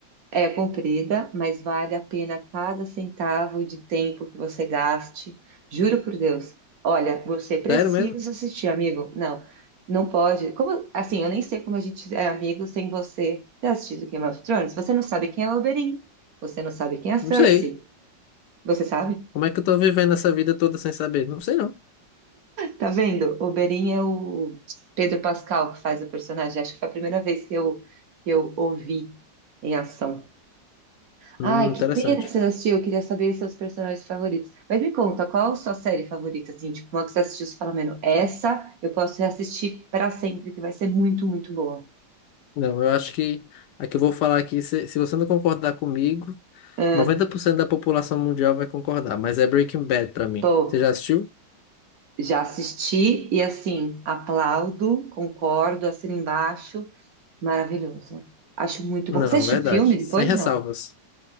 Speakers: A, on the right (about 60°); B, on the left (about 75°).
A: É comprida, mas vale a pena cada centavo de tempo que você gaste. Juro por Deus. Olha, você precisa
B: Sério mesmo?
A: assistir, amigo. Não, não pode. Como assim? Eu nem sei como a gente é amigo sem você ter assistido Game of Thrones. Você não sabe quem é o Oberyn. Você não sabe quem é a Cersei.
B: Não sei.
A: Você sabe?
B: Como é que eu tô vivendo essa vida toda sem saber? Não sei, não.
A: Tá vendo? O Oberyn é o Pedro Pascal que faz o personagem. Acho que foi a primeira vez que eu, que eu ouvi em ação.
B: Hum,
A: Ai,
B: interessante.
A: que pena que você não assistiu. Eu queria saber seus personagens favoritos. Mas me conta, qual a sua série favorita, assim? Tipo, uma que você assistiu, você fala, mano, essa eu posso reassistir pra sempre, que vai ser muito, muito boa.
B: Não, eu acho que a que eu vou falar aqui, se, se você não concordar comigo,
A: Ah,
B: 90% da população mundial vai concordar, mas é Breaking Bad pra mim.
A: pô,
B: Você já assistiu?
A: já assisti e, assim, aplaudo, concordo, assino embaixo. Maravilhoso. Acho muito
B: Não,
A: bom. Você assistiu
B: verdade.
A: o filme depois?
B: Sem ressalvas.
A: Não.